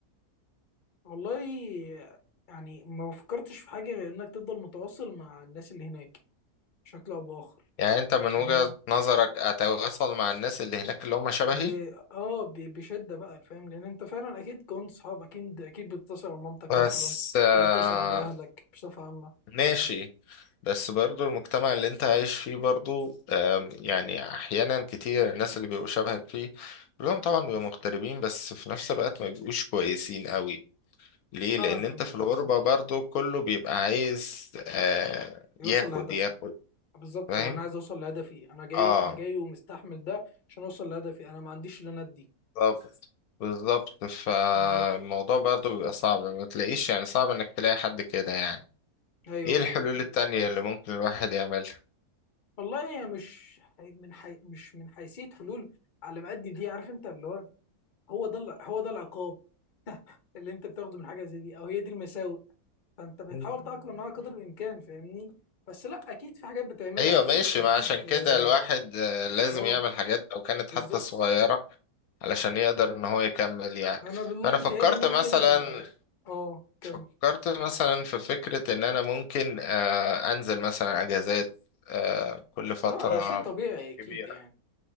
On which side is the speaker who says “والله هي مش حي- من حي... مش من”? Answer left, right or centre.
Left